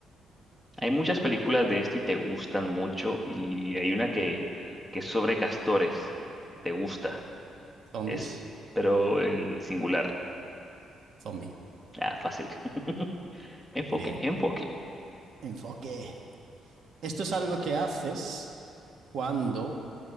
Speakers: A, in the centre; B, on the right.
A: Hay muchas películas de esto y te gustan mucho y hay una que, que es sobre castores, que te gusta.
B: Zombies,
A: Es, pero el singular.
B: zombie.
A: Ah, fácil. <laughs> Enfoque,
B: Bien.
A: enfoque.
B: Enfoque. Esto es algo que haces cuando...